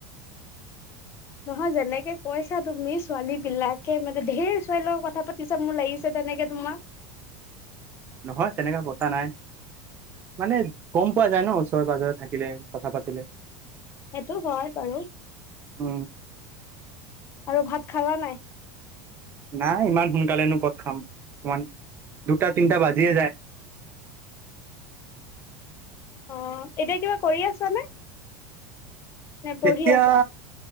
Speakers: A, on the left (about 30°); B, on the right (about 25°).
A: নহয় যেনেকে কৈছা তুমি ছোৱালী বিলাকে মানে ধঢেৰ <unintelligible> ছোৱাল লগত কথা পাতি কি চব মোৰ লাগিছে তেনেকে তোমাক
B: নহয় তেনেককা পতা নাই মানে কম পোৱা যায় ন ওচৰে পাজজৰে থাকিলে কথা পাতিলে
A: সেইটো হয় বাৰু
B: অ
A: আৰু ভাত খালা নাই
B: নাই ইমান সোনকালেনো পদ খাম ইমান দুটা তিনিটা বাজিয়ে যায়
A: অ এতিয়া কিবা কৰি আছ নে নে পঢ়ি
B: এতিয়া',
A: আছা